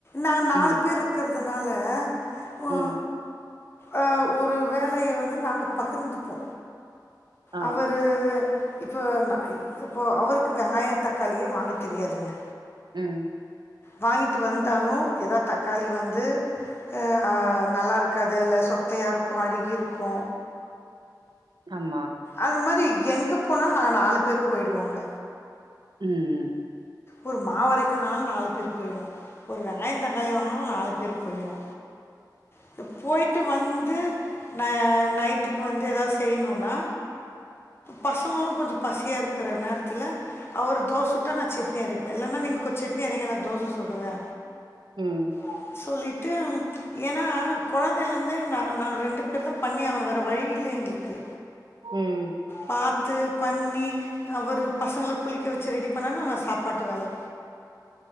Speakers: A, on the left; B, on the right.
A: நாங்க நாலு
B: ம்
A: பேர் இருக்கிறதுனால ஓ
B: ம்
A: அ ஒரு வேலைய வந்து நாங்க பகிர்ந்துப்போ
B: ஆ
A: அவரு இப்போ ந இப்போ அவருக்கு வெங்காய தக்காளியே வாங்க தெரியாதுங்க
B: ம்
A: வாங்கிட்டு வந்தாலு எதாவது தக்காளி வந்து எ ஆ நல்லா இருக்காது இல்ல சொத்தையா இருக்கு அழுகியிருக்கு
B: ஆமா
A: அது மாரி எங்க போனாலு நாங்க நாலு பேரு போயிடுவோங்க
B: ம்
A: ஒரு மாவு அரைக்கன்னாலு நாலு பேர் போய்டுவோ ஒரு வெங்காயம் தக்காளி வாங்கினாலு நாலு பேர் போயிடுவோ இப்ப போயிட்டு வந்து ந நைட்டுக்கு வந்து எதாவது செய்ணுனா பசங்களு கொஞ்ச பசியா இருக்குற நேரத்துல அவரு தோச சுட்டா நா செட்னி அரைப்பே இல்லன்னா நீங்க கொ செட்னி அரைங்க நா தோச சுடுவே
B: ம் ம்
A: அ சொல்லிட்டும் ஏனா கொழந்தைலயிருந்தே நாங் நாங்க ரெண்டு பேர் தா பண்ணி தா ஆவனு வேற வழி இல்ல எங்ளுக்கு
B: ம்
A: பாத்து பண்ணி அவரு பசங்கள குளிக்க வெச்சு ரெடி பண்ணா நா சாப்பாட்டு வேல